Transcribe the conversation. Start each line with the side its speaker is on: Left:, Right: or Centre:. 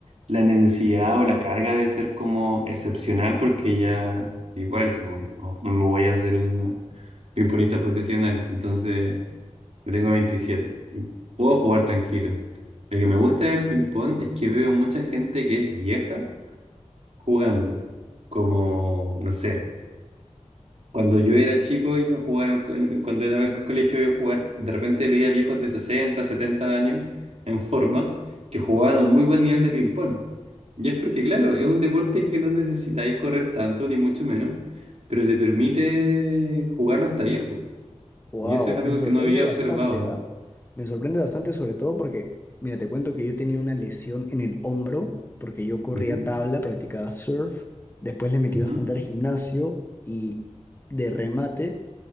Right: la necesidad o la carga de ser como excepcional, porque ya igual, como que no, no me voy a hacer un ping-pongista profesional. Entonces. Yo tengo veintisiete Puedo jugar tranquilo. Lo que me gusta del ping-pong es que veo mucha gente que es vieja jugando. Como, no sé, cuando yo era chico iba a jugar, al- en- cuando era en el colegio iba a jugar, de repente veía viejos de 60 70 años en forma que jugaban a un muy buen nivel de ping-pong. Y es porque, claro, es un deporte que no necesitáis correr tanto, ni mucho menos, pero te permite jugarlo hasta viejo.
Left: Wow,
Right: Y eso es algo
Left: me sorprende
Right: que no había
Left: bastante,
Right: observado.
Left: ¿ah? Me sorprende bastante sobre todo porque, mira, te cuento que yo tenía una lesión en el hombro porque yo corría
Right: Ujú,
Left: tabla, practicaba surf, después le metí
Right: ujú.
Left: bastante al gimnasio y de remate.